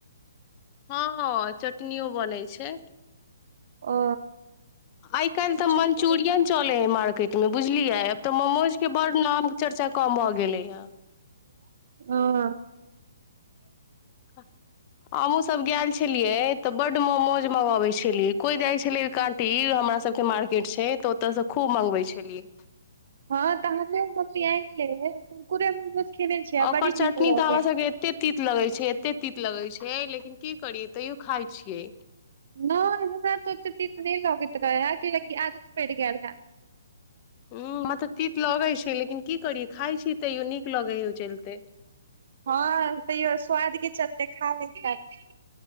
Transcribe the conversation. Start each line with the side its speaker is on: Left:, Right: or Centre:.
Left: हँ चटनीओ बनै छै
Right: ओ
Left: आइ काल्हि
Right: अच्छा
Left: तऽ मन्चुरियन
Right: ओ
Left: चलै ह मार्केटमे बुझलियै तऽ मोमोजके बड़ नाम चर्चा कम हो गेलै य
Right: हँ
Left: ह हमहूँ सब गेल छलियै तऽ बड्ड मोमोज मंगाबै छलियै कोई जाइ छले कान टी हमरा सब के मार्केट से तऽ ओतऽ से खूब मंगबै छलियै
Right: हँ तऽ हम्मे मम्मी आनि लैय हम कुरकुरे मोमोज खेने छियै
Left: ओकर
Right: बड़ी नीक
Left: चटनी
Right: लगैया
Left: तऽ हमरा सभके एतेक तीत लगै छै ते तीत लगै छै लेकिन की करियै तैयो खाइ छियै
Right: नहि हमरा ओतेक त तीत नहि लगैत रहै कि आदत प‌इर गेल हेए
Left: ह मतलब तीत लगैत छै लेकिन की करिय खाइ छी तैयो नीक लगैय ओ चलिते
Right: हँ तैयो स्वाद के चलते खा लै छथि